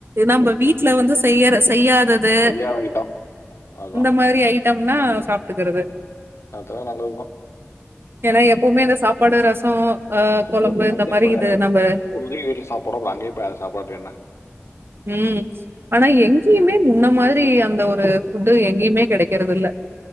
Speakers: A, on the right; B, on the left.
A: நம்ம வீட்ல வந்து செய்ய ஸ் செய்யாதது
B: கல்யாணம் ஆயிட்டோம். அதான்.
A: இந்த மாரி ஐட் ட்டம்னா சாப்டுக்கிறது
B: அதா நல்லதுதா
A: ஏனா எப்பவ்மே இந்த சாப்பாடு ரசோ ஆ கொழம்பு
B: அ
A: இந்த
B: அப்டேட்
A: மாரி
B: <unintelligible>
A: இது நம்ம
B: உறுதியே வீட்ல சாப்பிட்றோ அப்றோ அங்கேயே அப்ப அத சாப்டுறதுக்கு என்ன
A: ம் ஆனா எங்கேயுமே முன்ன மாதிரி அந்த ஒரு ஃபுட்டு எங்கேயுமே கெடைக்கிறதில்ல